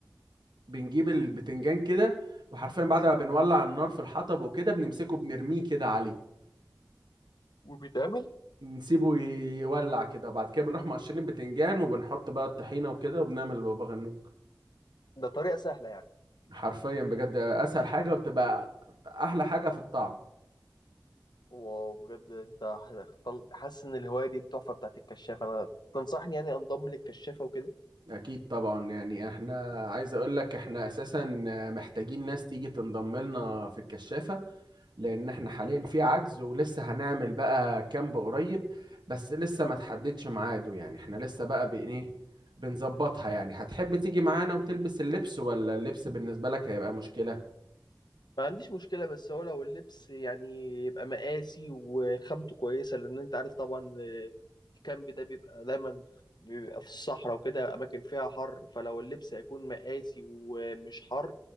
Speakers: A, on the right; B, on the left.
A: بنجيب البتنجان كده وحرفيا بعد ما بنولع النار في الحطب وكده بنمسكه بنرميه كده عليه
B: وبيتعمل
A: نسيبه يولع كده وبعد كده بنروح مقشرين البتنجان وبنحط بقى الطحينة وكده وبنعمل بابا غنوج
B: ده طريقة سهلة يعني
A: حرفيا بجد اسهل حاجة وبتبقى احلى حاجة في الطعم
B: وبجد انت هتختل- حاسس ان الهواية دي التحفة بتاعت الكشافة انا تنصحني يعني انضم للكشافة وكده
A: اكيد طبعا يعني احنا عايز اقول لك احنا اساسا محتاجين ناس تيجي تنضم لنا في الكشافة لان احنا حاليا في عجز ولسه هنعمل بقى كامب قريب بس لسه ما تحددش ميعاده يعني احنا لسه بقى بإن ايه بنظبطها يعني هتحب تيجي معانا وتلبس اللبس ولا اللبس بالنسبة لك هيبقى مشكلة
B: ما عنديش مشكلة بس هو لو اللبس يعني يبقى مقاسي وخامته كويسة لأن أنت عارف طبعا آه، الكامب ده بيبقى دايما بيبقى في الصحراء وكده أماكن فيها حر فلو اللبس هيكون مقاسي ومش حر